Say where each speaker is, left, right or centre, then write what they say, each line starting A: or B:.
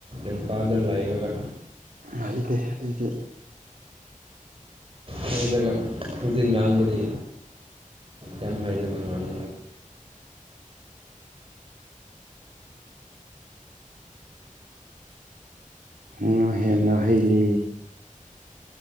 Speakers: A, on the right; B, on the right.
A: ꯏꯝꯐꯥꯜꯗ ꯂꯩꯔꯒ
B: ꯍꯩꯇꯦ ꯑꯩꯗꯤ
A: ꯍꯩꯔꯒ ꯍꯧꯖꯤꯛ ꯉꯥꯡꯕꯗꯤ ꯌꯥꯝ ꯍꯩꯔꯒ ꯉꯥꯡ
B: ꯅꯪꯅ ꯍꯦꯟꯅ ꯍꯩꯂꯦ